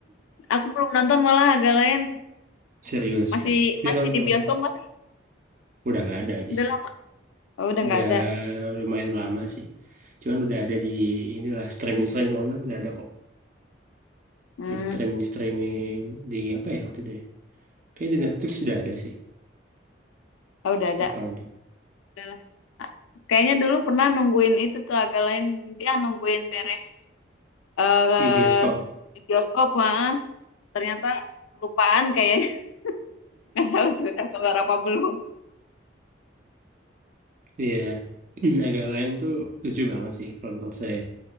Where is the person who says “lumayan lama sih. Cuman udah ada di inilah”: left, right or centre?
Right